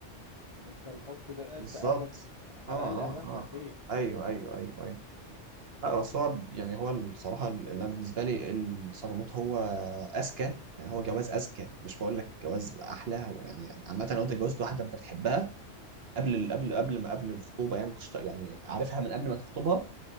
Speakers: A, on the left (about 40°); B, on the right (about 55°).
A: ان انت الحب ده
B: بالظبط
A: انت اهلك على
B: اه اه
A: الاقل اهلها
B: اه
A: مش عارفين
B: آه. ايوه ايوه
A: فاهم
B: ايوه أيوه. لا بس هو يعني هو الصراحة اللي أنا بالنسبة لي الصالونات هو أذكى يعني هو جواز أذكى مش بقول لك جواز أحلى هو يعني عامة لو أنت جوزت واحدة أنت بتحبها قبل
A: امم
B: قبل قبل ما قبل الخطوبة يعني كنت يعني عارفها من قبل ما تخطبها